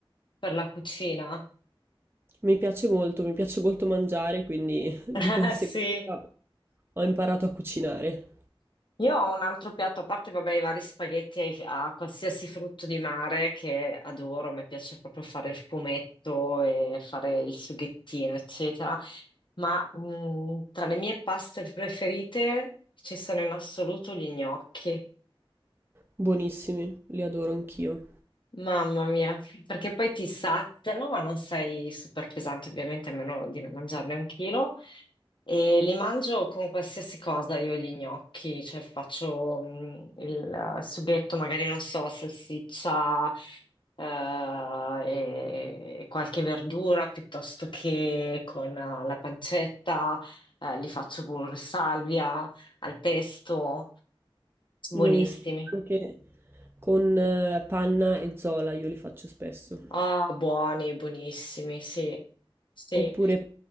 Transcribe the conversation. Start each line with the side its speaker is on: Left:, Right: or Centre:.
Left: per la cucina.
Right: Mi piace molto, mi piace molto mangiare, quindi <laughs> di
Left: <laughs>
Right: conseguenza
Left: Sì.
Right: ho imparato a cucinare.
Left: Io ho un altro piatto, a parte, vabbè, i vari spaghetti ai- a qualsiasi frutto di mare che adoro, mi piace proprio fare il fumetto e fare il sughettino, eccetera. Ma mh, tra le mie paste preferite ci sono in assoluto gli gnocchi.
Right: Buonissimi, li adoro anch'io.
Left: Mamma mia, perché poi ti saziano, ma non sei super pesante, ovviamente, a meno di non mangiarne un chilo. E li mangio con qualsiasi cosa, io gli gnocchi, cioè faccio mm, il sughetto, magari non so, salsiccia eh, e qualche verdura, piuttosto che con eh, la pancetta, eh, li faccio pure salvia, al pesto, buonissimi.
Right: Buonissimi anche con eh, panna e zola, io li faccio spesso.
Left: Ah, buoni, buonissimi, sì. Sì,
Right: Oppure